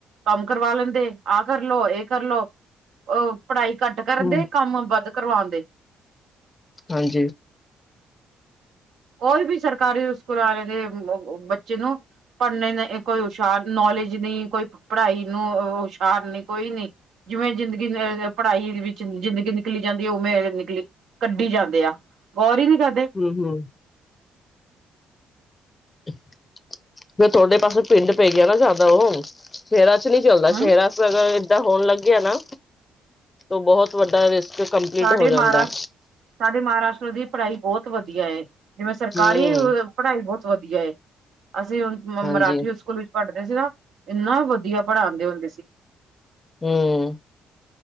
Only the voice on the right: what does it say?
ਕੰਮ ਕਰਵਾ ਲੈਂਦੇ ਆਹ ਕਰਲੋ ਇਹ ਕਰਲੋ ਉਹ ਪੜ੍ਹਾਈ ਘੱਟ ਕਰਨ
ਦੇ ਕੰਮ ਵੱਧ ਕਰਵਾਉਣ ਦੇ
ਕੋਈ ਵੀ ਸਰਕਾਰੀ ਸਕੂਲ ਵਾਲਿਆਂ ਦੇ ਉ ਉ ਬੱਚੇ ਨੂੰ ਪੜ੍ਹਨੇ ਨੇ ਅ ਕੋਈ ਹੁਸ਼ਿਆਰ ਨੌਲੇਜ ਨਹੀਂ ਕੋਈ ਪ ਪੜ੍ਹਾਈ ਨੂੰ ਹੁਸ਼ਿਆਰ ਨਹੀਂ ਕੋਈ ਨਹੀਂ ਜਿਵੇਂ ਜ਼ਿੰਦਗੀ ਅ ਪੜ੍ਹਾਈ ਵਿੱਚ ਜ਼ਿੰਦਗੀ ਨਿਕਲੀ ਜਾਂਦੀ ਹੈ ਉਵੇਂ ਨਿਕਲੀ ਕੱਢੀ ਜਾਂਦੇ ਆ ਗੌਰ ਹੀ ਨੀ ਕਰਦੇ
ਹਮ
ਸਾਡੇ
ਮਹਾਰਾਸ਼ਟਰ ਸਾਡੇ ਮਹਾਰਾਸ਼ਟਰ ਦੀ ਪੜ੍ਹਾਈ ਬਹੁਤ ਵਧੀਆ ਏ ਜਿਵੇਂ ਸਰਕਾਰੀ
ਪੜ੍ਹਾਈ ਬਹੁਤ ਵਧੀਆ ਏ ਅਸੀਂ ਹੁਣ ਮ
ਮਰਾਠੀ ਸਕੂਲ ਵਿੱਚ ਪੜ੍ਹਦੇ ਸੀ ਨਾ ਇੰਨਾ ਵਧੀਆ ਪੜ੍ਹਾਉਂਦੇ ਹੁੰਦੇ ਸੀ